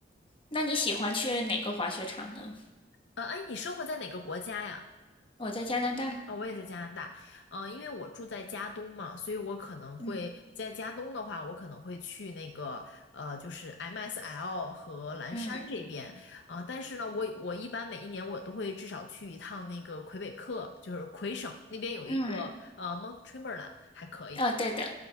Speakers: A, on the left; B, on the left.
A: 那你喜欢去哪个滑雪场呢？
B: 呃，哎，你生活在哪个国家呀？
A: 我在加拿大。
B: 哦，我也在加拿大。嗯、因为我住在加东嘛，所以我可能会在加东的话，
A: 嗯
B: 我可能会去那个呃，就是 MSL 和蓝山这边。
A: 嗯
B: 啊、但是呢，我我一般每一年我都会至少去一趟那个魁北克，就是魁省那边有一个呃
A: 嗯，
B: m o n t t r e m b l a n t 还可以。
A: 哦，对的，